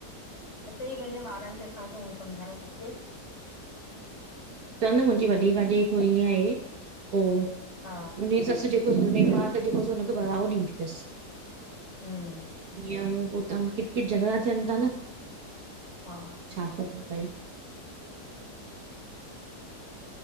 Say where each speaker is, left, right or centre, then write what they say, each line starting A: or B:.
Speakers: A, on the left; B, on the right.
A: हिते ई पंहिंजे ॿारन खे असांखे उएं सम्झाइणो खपे।
B: च न मुंहिंजी वॾी भाॼाई थोरी ईअं आहे पोइ --
A: हा
B: उनजी सस जेको उनजी मां त जेको हुनखे बड़ावो ॾींदी अथस।
A: हम्म।
B: इअंउअं पोइत किट किट झॻड़ा थियन था न।
A: हा --
B: छा कजे भई।